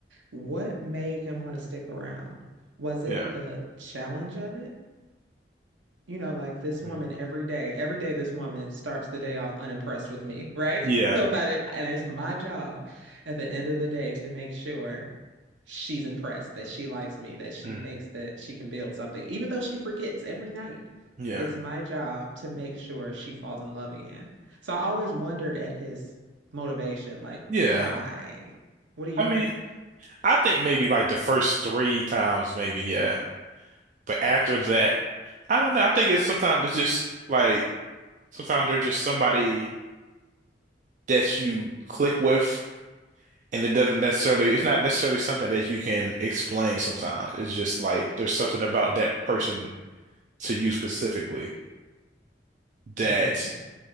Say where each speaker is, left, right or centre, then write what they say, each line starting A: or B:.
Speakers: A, on the right; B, on the right.
A: What made him want to stick around? Was it
B: Yeah.
A: the challenge of it? You know, like this
B: Mhm.
A: woman every day, every day this woman starts the day off unimpressed with me, right?
B: Yeah.
A: <laughs> So about it, and it's my job at the end of the day to make sure she's impressed that she likes me, that she
B: Mhm.
A: thinks that she can build something, even though she forgets every night.
B: Yeah.
A: It's my job to make sure she falls in love again. So I always wondered at his motivation, like,
B: Yeah.
A: why? What do you
B: I mean,
A: think?
B: I think maybe like the first three times, maybe, yeah. But after that, I don't know. I think it's sometimes there's just like sometimes there's just somebody that you click with and it doesn't necessarily it's not necessarily something that you can explain sometimes. It's just like there's something about that person to you specifically that
A: Hmm,